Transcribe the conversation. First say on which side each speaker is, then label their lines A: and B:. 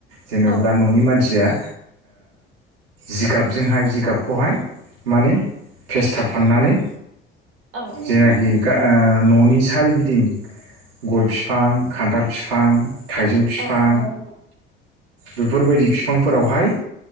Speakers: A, on the right; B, on the right.
A: जेनेब्ला
B: औ
A: न'नि मानसिया जिगाबजोंहाय जिगाबखौहाय माने फेस्थाब फाननानै
B: औ
A: जेनाखि ओ न'नि सारिगिदिं गय बिफां खान्थाल फिफां थाइजौ फिफां
B: औ नंगौ नोंथां
A: बेफोरबायदि बिफांफोरावहाय